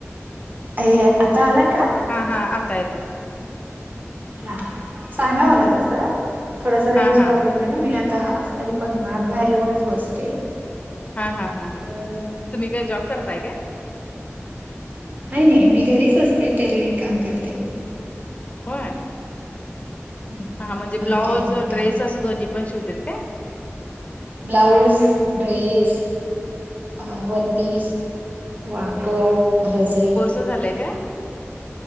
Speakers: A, on the right; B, on the left.
A: अ आता आला का?
B: हा हा आता येत.
A: हा सांगा मला तसं थोडस
B: हा
A: रेंज
B: हा
A: प्रॉब्लेम
B: हा
A: आहे. मी आता तरी पण नात बाहेर येऊनच बसते.
B: हा हा हा हा
A: तर
B: तुम्ही काय जॉब करताय काय?
A: ह नाही मी घरीच असते टेलरिंग काम करते मी
B: हो.
A: हम्म
B: हा म्हणजे ब्लाऊज
A: माझं टेलरिंग
B: ड्रेस
A: काम आहे
B: असं दोन्ही पण, शिवते काय?
A: ब्लाऊज ड्रेस अ वन पीस वाकड रजाई
B: झालंय काय?